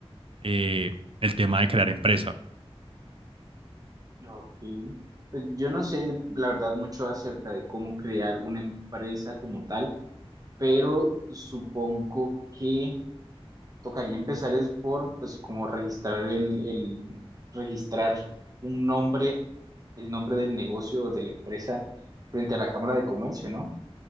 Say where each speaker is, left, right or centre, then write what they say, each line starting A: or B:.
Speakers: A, on the right (about 60°); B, on the right (about 35°).
A: eh, el tema de crear empresa.
B: Ok. Pues yo no sé, la verdad, mucho acerca de cómo crear una empresa como tal, pero supongo que tocaría empezar es por, pues, como registrar el, el- registrar un nombre, el nombre del negocio o de la empresa frente a la Cámara de Comercio, ¿no?